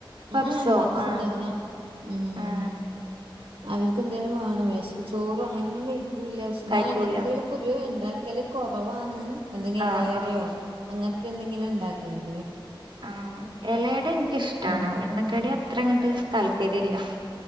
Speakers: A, on the right (about 90°); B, on the right (about 55°).
A: അ
B: പപ്സോ
A: ആ പപ്സ്
B: ആഹ്
A: ണ്ടാക്കിന ഉം
B: ആഹ്
A: അവര്ക്കെന്തേലും വേണം വെഷ് ചോറും അങ്ങനൊന്നും കഴിക് കുലാശ്
B: കഴിക്കൂല
A: ഞാൻ എണ്ണക്കടികൾ പൊതുവേ ഉണ്ടാക്കല് കുറവാന്ന് എന്തെങ്കിലും
B: ആഹ്
A: എലയടയോ
B: ആഹ്
A: അങ്ങനത്തെ എന്തെങ്കിലും ഉണ്ടാക്കയുനു
B: ആ എല അട എനിയ്ക്കിഷ്ട്ടാണ്
A: ഉം
B: എണ്ണക്കടി അത്ര അങ്ങട്ട് താല്പര്യം ഇല്ല